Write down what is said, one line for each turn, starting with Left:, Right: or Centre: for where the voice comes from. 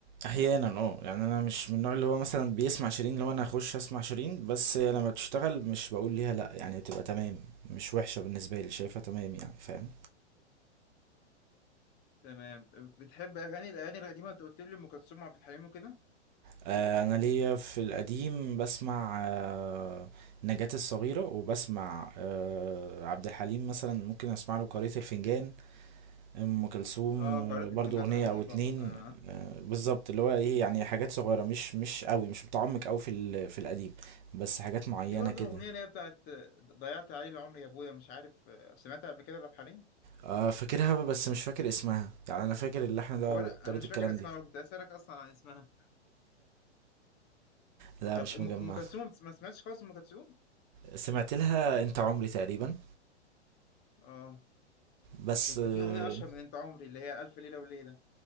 Right: احيانا اه يعني انا مش من النوع اللي هو مثلا بيسمع شيرين لو انا اخش اسمع شيرين بس هي لما تشتغل مش بقول ليها لا يعني تبقى تمام مش وحشة بالنسبة لي شايفها تمام يعني فاهم
Left: تمام بتحب اغاني الاغاني القديمة انت قلت لي ام كلثوم وعبد الحليم وكده
Right: آه انا ليا في القديم بسمع آه نجاة الصغيرة وبسمع آه عبد الحليم مثلا ممكن اسمع له قارئة الفنجان ام كلثوم
Left: اه
Right: آه
Left: قارئة
Right: برضو
Left: الفنجان
Right: اغنية
Left: رهيبة
Right: او اتنين
Left: آه.
Right: آه بالظبط اللي هو ايه يعني حاجات صغيرة مش مش قوي مش متعمق قوي في ال- في القديم بس حاجات معينة
Left: في برضه
Right: كده
Left: الأغنية اللي هي بتاعت آه، ضيعت عليه العمر يا أبويا مش عارف آه، سمعتها قبل كده لعبد الحليم؟
Right: آه فاكرها بس مش فاكر اسمها يعني انا فاكر اللحن ده
Left: هو
Right: وطريقة
Left: أنا أنا مش
Right: الكلام
Left: فاكر اسمها
Right: دي
Left: ولا كنت أسألك أصلا عن اسمها
Right: لا
Left: طب
Right: مش
Left: أم
Right: مجمع
Left: أم كلثوم بتس- ما سمعتش خالص أم كلثوم؟
Right: سمعت لها انت عمري تقريبا
Left: اه
Right: بس
Left: بس
Right: اه
Left: في أغنية أشهر من أنت عمري اللي هي ألف ليلة وليلة